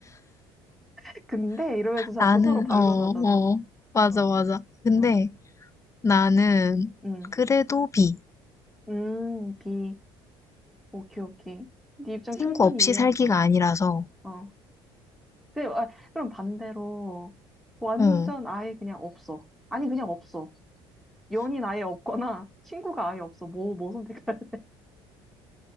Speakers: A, in the centre; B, on the left.
A: <laughs> 근데 이러면서 자꾸
B: 나는,
A: 서로 반론하잖아.
B: 어, 어, 맞아,
A: 어,
B: 맞아. 근데
A: 어,
B: 나는
A: 음,
B: 그래도 B.
A: 음, B. 오케이, 오케이. 네 입장 충분히
B: 친구 없이
A: 이해했어.
B: 살기가 아니라서,
A: 어. 그, 아, 그럼 반대로 완전
B: 어.
A: 아예 그냥 없어. 아니 그냥 없어. 연인 아예 없거나 <laughs> 친구가 아예 없어. 뭐, 뭐 선택할래? <laughs>